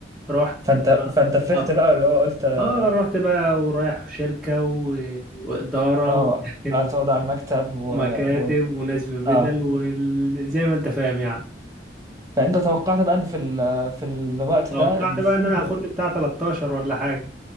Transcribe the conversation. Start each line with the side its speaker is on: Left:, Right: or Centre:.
Centre: رحت
Right: فانت فانت فرحت
Centre: اه
Right: بقى اللي هو قلت <laughs>
Centre: آه، رحت بقى ورايح شركه و... واداره
Right: اه
Centre: وداخل
Right: هتقعد على المكتب و...
Centre: ومكاتب
Right: و...
Centre: وناس ببدل
Right: اه
Centre: وزي ما انت فاهم يعني
Right: فانت توقعت بقى ان في ال... في الوقت
Centre: توقعت
Right: ده المفروض
Centre: بقى ان انا هاخد لي بتاع 13 ولا حاجه